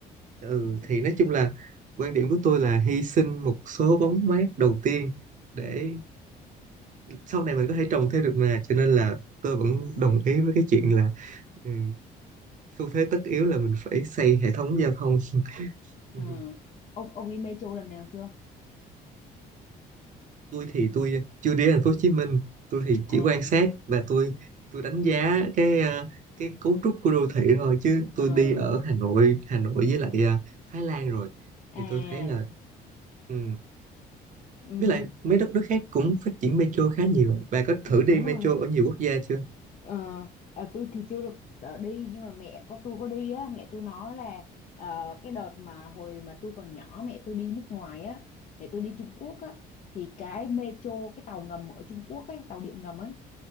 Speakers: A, on the right; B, on the left.
A: ừ,
B: ừ
A: thì nói chung là quan điểm của tôi là hy sinh một số bóng mát đầu tiên để
B: ừ
A: sau này mình có thể trồng thêm được mà cho nên là tôi vẫn
B: ừ
A: đồng ý với cái chuyện là ừ, xu thế tất yếu là mình phải xây hệ thống giao thông <laughs>
B: ờ ông ông đi metro lần nào chưa
A: tôi thì tôi chưa đi thành phố Hồ Chí Minh tôi thì
B: à
A: chỉ quan sát và tôi tôi đánh giá cái ờ, cái cấu trúc của đô thị thôi chứ
B: ờ
A: tôi đi ở Hà Nội Hà Nội với lại ờ, Thái Lan rồi
B: à
A: thì tôi thấy là ừ.
B: ừ,
A: với lại mấy đất nước khác cũng phát triển metro khá nhiều bà có thử đi
B: đúng
A: metro
B: rồi
A: ở nhiều quốc gia chưa
B: ờ ờ, tôi thì chưa được ờ, đi nhưng mà mẹ có tôi có đi á mẹ tôi nói là ờ, cái đợt mà hồi mà tôi còn nhỏ mẹ tôi đi nước ngoài á mẹ tôi đi Trung Quốc á thì cái metro cái tàu ngầm ở Trung Quốc ấy tàu điện ngầm ấy